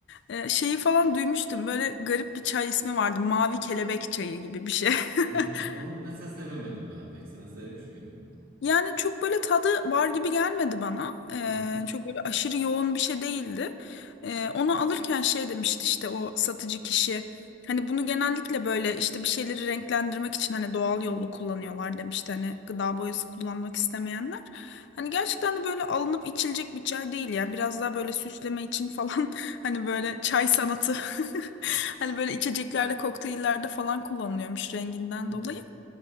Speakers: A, on the left (about 55°); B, on the right (about 45°).
A: Ee, şeyi falan duymuştum böyle garip bir çay ismi vardı mavi kelebek çayı gibi bir şey.
B: Aha,
A: <laughs>
B: ben Onu mesela sevemedim ben pek. Sen sevmiş miydin?
A: Yani çok böyle tadı var gibi gelmedi bana. Ee,
B: Hı hı.
A: çok böyle aşırı yoğun bir şey değildi. Ee, onu alırken şey demişti işte o satıcı kişi. Hani bunu genellikle böyle işte bir şeyleri renklendirmek için hani doğal yollu kullanıyorlar demişti. Hani gıda boyası kullanmak istemeyenler. Hani gerçekten de böyle alınıp içilecek bir çay değil ya. Biraz daha böyle süsleme için falan <laughs> hani böyle çay sanatı. <laughs> Hani böyle içeceklerde, kokteyllerde falan kullanılıyormuş renginden
B: Evet.
A: dolayı.